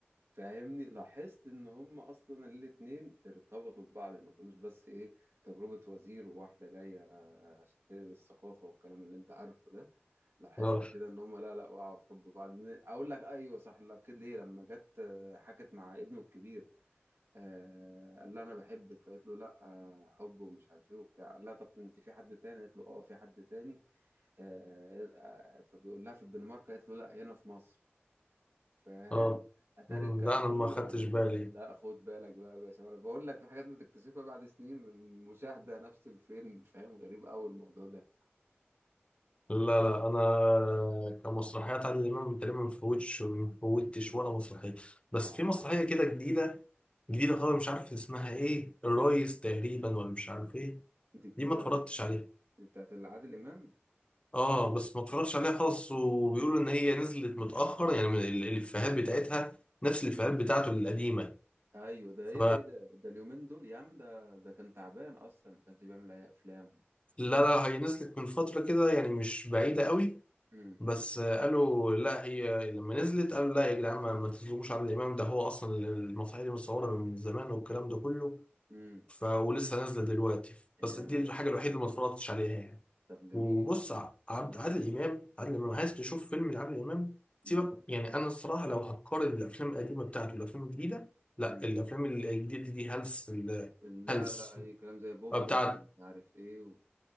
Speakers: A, on the right; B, on the left.
A: فاهمني لاحظت ان هم اصلا الاتنين ارتبطوا ببعض ما كانوش بس ايه تجربه وزير وواحده جايه آه، عشان تنقل الثقافه والكلام اللي انت عارفه ده لاحظت
B: اه
A: كده ان هم لا لا وقعوا في حب بعض اقول لك ايوه صح لا اكيد ليه لما جت حكت مع ابنه الكبير آه قال لها انا بحبك فقالت له لا آه حب ومش عارف ايه وبتاع قال لها طب انت في حد تاني قالت له اه في حد تاني آه آه، فبيقول لها في الدنمارك قالت له لا هنا في مصر فاهم
B: اه
A: اتاري
B: أمم،
A: الكلام
B: لا انا
A: كله
B: ما خدتش
A: على ابوه
B: بالي
A: لا خد بالك بقى يا باشا ما انا بقول لك في حاجات بتكتشفها بعد سنين من مشاهدة نفس الفيلم فاهم غريب قوي الموضوع ده
B: لا لا انا كمسرحيات عادل امام تقريبا ما فوتش ما فوتش ولا مسرحيه بس
A: اه
B: في مسرحيه كده جديده جديده خالص مش عارف اسمها ايه الريس تقريبا ولا مش عارف ايه
A: انت جديدة
B: دي ما اتفرجتش عليها
A: بتاعت عادل امام
B: اه بس ما اتفرجتش عليها خالص وبيقولوا ان هي نزلت متاخر يعني من ال- الافيهات بتاعتها نفس الافيهات بتاعته القديمه
A: ايوه ده
B: ف
A: ايه ده ايه ده ده اليومين دول يا عم ده ده كان تعبان اصلا ما كانش بيعمل اي افلام
B: لا لا هي نزلت من فتره كده يعني مش بعيده قوي
A: امم
B: بس آه، قالوا لا هي لما نزلت قالوا لا يا جدعان ما ما تظلموش عادل امام ده هو اصلا اللي المسرحيه دي متصوره من زمان والكلام ده كله
A: امم
B: ف ولسه نازله دلوقتي
A: يا
B: بس دي الحاجه الوحيده اللي ما اتفرجتش عليها يعني
A: طب جميل
B: وبص ع- عبد
A: اه
B: عادل امام عادل امام عايز تشوف فيلم لعادل امام سيبك
A: امم
B: يعني انا الصراحه لو هتقارن الافلام القديمه بتاعته والافلام الجديده لا
A: امم
B: الافلام الجديده دي هلس ال-
A: لا
B: هلس
A: لا اي كلام زي بوبوس
B: آه، بتاعت
A: ومش عارف ايه و...